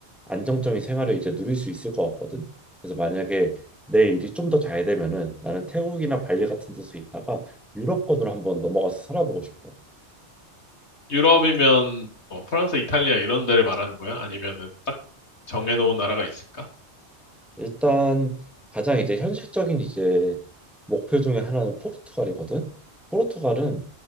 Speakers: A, in the centre; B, on the left (about 75°).
A: 안정적인 생활을 이제 누릴 수 있을 것 같거든. 그래서 만약에 내 일이 좀 더 잘 되면은 나는 태국이나 발리 같은 데서 있다가 유럽권으로 한번 넘어가서 살아보고 싶어.
B: 유럽이면 뭐 프랑스, 이탈리아 이런 데를 말하는 거야? 아니면은 딱 정해놓은 나라가 있을까?
A: 일단 가장 이제 현실적인 이제 목표 중에 하나는 포르투갈이거든. 포르투갈은